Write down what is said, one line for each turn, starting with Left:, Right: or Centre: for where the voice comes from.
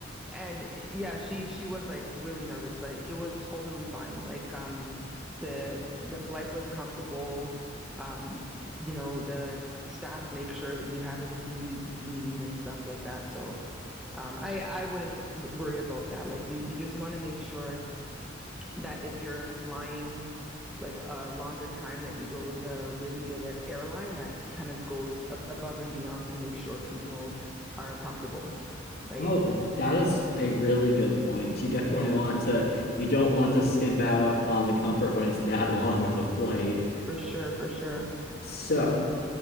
Centre: And eh, yeah, she she was like really nervous, but it was totally fine. Like um the the flight was comfortable. Um, you know, the staff make sure that you have everything you you need and stuff like that. So um I I wouldn't w- worry about that. Like you you just want to make sure that if you're flying like a longer time that you go with a really good air airline that kind of goes ab above and beyond to make sure people are comfortable, right?
Left: Oh, that, that is a really good point. You definitely
Centre: Yeah.
Left: want to, you don't want to skimp out on the comfort when it's that <laughs> long of a flight.
Centre: For sure, for sure.
Left: So